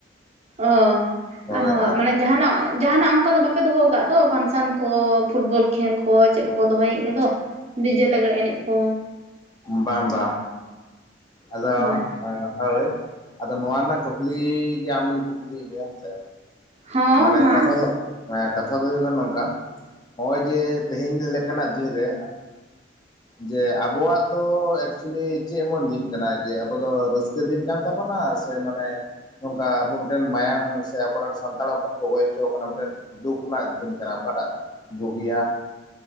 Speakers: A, on the right (about 35°); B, on the left (about 20°).
A: ᱚ
B: ᱦᱳᱭ
A: ᱦᱚᱸ ᱢᱟᱱᱮ ᱡᱟᱦᱟᱱᱟᱜ ᱡᱟᱦᱟᱱᱟᱜ ᱚᱱᱠᱟ ᱫᱚ ᱵᱟᱯᱮ ᱫᱚᱦᱚ ᱟᱠᱟᱫ ᱛᱚ ᱯᱷᱟᱱᱥᱮᱱ ᱠᱚ ᱯᱷᱩᱴᱵᱚᱞ ᱠᱷᱮᱞ ᱠᱚ ᱪᱮᱫ ᱠᱚᱠᱚ ᱫᱚᱦᱚᱭᱮᱫ ᱜᱮᱫᱚ? ᱰᱤᱡᱮ ᱞᱟᱜᱽᱲᱮ ᱮᱱᱮᱡ ᱠᱚ᱾
B: ᱵᱟᱝ ᱵᱟᱝ᱾ ᱟᱷᱟ
A: ᱦᱳᱭ
B: ᱦᱮᱸ ᱦᱳᱭ ᱟᱫᱚ ᱱᱚᱣᱟ ᱨᱮᱱᱟᱜ ᱠᱩᱠᱞᱤ ᱜᱮ ᱟᱢᱤᱧ ᱠᱩᱠᱞᱤᱭ ᱢᱮᱭᱟ ᱦᱮ ᱥᱮ?
A: ᱦᱚᱸ
B: ᱢᱟᱱᱮ
A: ᱢᱟ
B: ᱠᱟᱛᱷᱟ ᱫᱚ ᱢᱟ ᱠᱟᱛᱷᱟ ᱫᱚ ᱦᱩᱭᱩᱜ ᱠᱟᱱᱟ ᱱᱚᱝᱠᱟ ᱱᱚᱜ ᱚᱭ ᱡᱮ ᱛᱮᱦᱮᱧ ᱞᱮᱠᱟᱱᱟᱜ ᱫᱤᱱᱨᱮ ᱡᱮ ᱟᱵᱚᱣᱟᱜ ᱫᱚ ᱮᱠᱪᱮᱞᱤ ᱪᱮᱫ ᱮᱢᱚᱱ ᱫᱤᱱ ᱠᱟᱱᱟ ᱡᱮ ᱟᱵᱚ ᱫᱚ ᱨᱟᱹᱥᱠᱟᱹ ᱟᱹ ᱫᱤᱱ ᱠᱟᱱ ᱛᱟᱵᱚᱱᱟ ᱥᱮ ᱢᱟᱱᱮ ᱱᱚᱝᱠᱟ ᱟᱵᱚ ᱢᱤᱫᱴᱮᱱ ᱢᱟᱭᱟᱝ ᱥᱮ ᱟᱵᱚᱨᱮᱱ ᱥᱟᱱᱛᱟᱲ ᱦᱚ ᱯᱚᱱ ᱠᱚ ᱜᱚᱡ ᱦᱚᱪᱚ ᱠᱟᱱᱟ ᱢᱤᱫᱴᱮᱱ ᱫᱩᱠ ᱨᱮᱱᱟᱜ ᱫᱤᱱ ᱠᱟᱱᱟ ᱚᱠᱟᱴᱟᱜ ᱵᱩᱜᱤᱭᱟ?